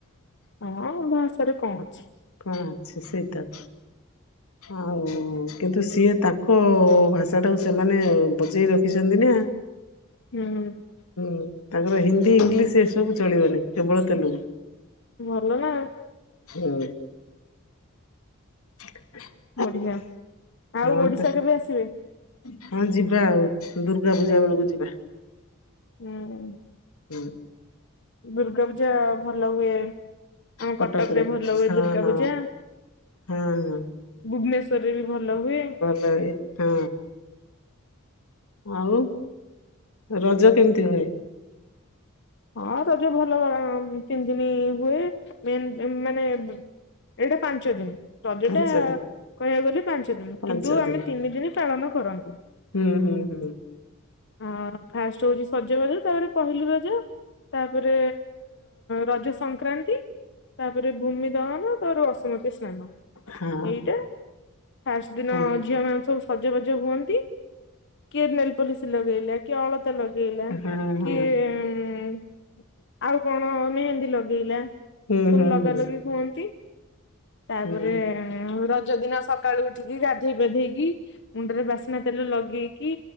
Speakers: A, on the left; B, on the left.
A: ହଁ ଆଉ ଭାଷାରେ କଣ ଅଛି।
B: କଣ ଅଛି ସେଇ ତ। ଆଉ କିନ୍ତୁ ସିଏ ତାଙ୍କ ଭାଷାଟାକୁ ସେମାନେ ବଜେଇ ରଖିଛନ୍ତି ନା।
A: ନହନେ
B: ହଁ, ତାଙ୍କର ହିନ୍ଦୀ ଇଂଲିଶ ଏସବୁ ଚଳିବନି କେବଳ ତେଲୁଗୁ।
A: ଭଲ ନା।
B: ହଁ। <unintelligible>
A: ବଢିଆ,
B: ହଁ
A: ଆଉ ଓଡିଶା
B: ତ
A: କେବେ ଆସିବେ?
B: ହଁ ଯିବା ଆଉ, ଦୁର୍ଗା ପୂଜା ବେଳକୁ ଯିବା।
A: ନା କରନି।
B: ହଁ।
A: ଦୁର୍ଗା ପୂଜା ଭଲ ହୁଏ। ଆମ
B: କଟକରେ
A: କଟକ ରେ ଭଲ ହୁଏ
B: ହଁ
A: ଦୁର୍ଗା
B: ହଁ
A: ପୂଜା।
B: ହଁ ହଁ
A: ଭୁବନେଶ୍ଵରରେ ବି ଭଲ ହୁଏ।
B: <unintelligible> ହଁ। ଆଉ ରଜ କେମିତି ହୁଏ?
A: ହଁ ରଜ ଭଲ ତିନତିିନି ହୁଏ, ମେନ୍ ଏ ମାନେ ବୁ ଏଇଟା ପାଞ୍ଚ ଦିନ। ରଜ
B: ପାଞ୍ଚ
A: ଟା
B: ଦିନ
A: କହିବାକୁ ଗଲେ ପାଞ୍ଚ ଦିନ,
B: ପାଞ୍ଚ
A: କିନ୍ତୁ
B: ଦିନ
A: ଆମେ ତିନି ଦିନ ପାଳନ କରନ୍ତି।
B: ହୁଁ, ହୁଁ, ହୁଁ।
A: ଅ, ଫାଷ୍ଟ ହଉଛି ସଜବାଜ ତାପରେ ପହିଲି ରଜ ତାପରେ ରଜ ସଂକ୍ରାନ୍ତି। ତାପରେ ଭୂମି ଦହନ, ତାର ରସୁମତି ସ୍ନାନ।
B: ହଁ
A: ଏଇଟା ଫାଷ୍ଟ ଦିନ
B: ହଁ
A: ଝିଅ ମାନ ସବୁ ସଜବାଜ ହୁଅନ୍ତି, କିଏ ନେଲ ପଲିସ୍ ଲଗେଇଲା କିଏ ଅଳ ତା ଲଗେଇଲା,
B: ହଁ
A: କିଏ
B: ହଁ
A: ଉଁ, ଆଉ କଣ ମେହେନ୍ଦୀ ଲଗେଇଲା। ସବୁ
B: ହୁଁ ହୁଁ
A: ଲଗା
B: ହୁଁ
A: ଲଗି ହୁଅନ୍ତି, ତାପରେ
B: ହୁଁ
A: ଏଁ, ଆଉ ରଜ ଦିନ ସକାଳୁ ଉଠିକି ଗାଧେଇ ପାଧେଇକି। ମୁଣ୍ଡରେ ବାସ୍ନା ତେଲ ଲଗେଇକି